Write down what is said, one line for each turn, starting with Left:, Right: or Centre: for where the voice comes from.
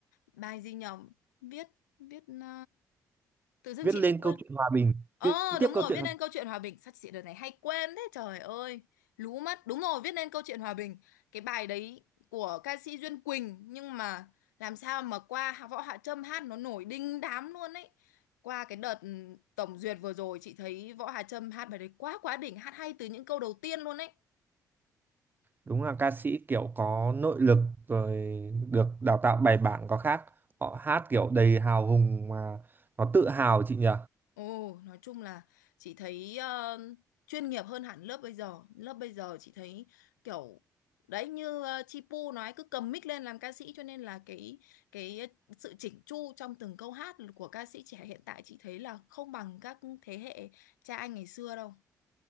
Left: bài gì nhở viết viết ờ, tự dưng
Right: Viết
Left: chị
Right: lên
Left: lại quên
Right: câu chuyện hòa bình,
Left: ờ
Right: viết tiếp
Left: đúng rồi
Right: câu chuyện
Left: viết
Right: hòa
Left: nên
Right: bình.
Left: câu chuyện hòa bình sao chị đợt này hay quên thế trời ơi lú mất đúng rồi viết nên câu chuyện hòa bình cái bài đấy của ca sĩ Duyên Quỳnh nhưng mà làm sao mà qua Võ Hạ Trâm hát nó nổi đinh đám luôn ấy qua cái đợt ừ, tổng duyệt vừa rồi chị thấy Võ Hạ Trâm hát bài đấy quá quá đỉnh hát hay từ những câu đầu tiên luôn ấy
Right: Đúng là ca sĩ kiểu có nội lực rồi được đào tạo bài bản có khác. Họ hát kiểu đầy hào hùng mà nó tự hào chị nhỉ?
Left: Ồ, nói chung là chị thấy ờ, chuyên nghiệp hơn hẳn lớp bây giờ. Lớp bây giờ chị thấy kiểu đấy như uh, Chi Pu nói cứ cầm mic lên làm ca sĩ cho nên là cái cái sự chỉnh chu trong từng câu hát của ca sĩ trẻ hiện tại chị thấy là không bằng các thế hệ cha anh ngày xưa đâu.